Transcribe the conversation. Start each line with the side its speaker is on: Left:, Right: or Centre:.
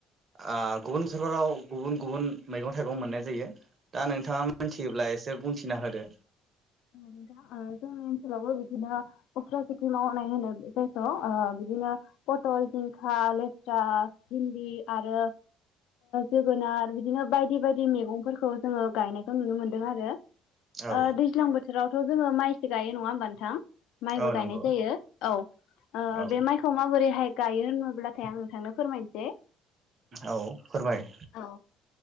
Right: ओ गुबुन सरखाराव गुबुन गुबुन मैगं थाइगं मोननाय जायो दा नोंथाङा मिथियोब्ला एसे बुंथिना होदो
Left: औ दा जोंनि ओनसोलावबो बिदिनो उस्रा खेथि मावनाय होनो जायखौ' बिदिनो पथल जिंखा लेस्रा भिन्दि आरो जोगोनार बिदिनो बायदि बायदि मैगंफोरखौ जोङो गायनायखौ नुनो मोनदों आरो
Right: औ
Left: ओ दैज्लां बो आवथ जोङो माइसो गायो नङा होमबा नथां माइबो
Right: औ
Left: गायनाय
Right: नंगौ
Left: जायो औ ओ
Right: औ
Left: बे माइखौ माबोरैहाय गायो होनोब्लाथाय आं नोंथांनो फोरमायनोसै
Right: औ फोरमाय
Left: औ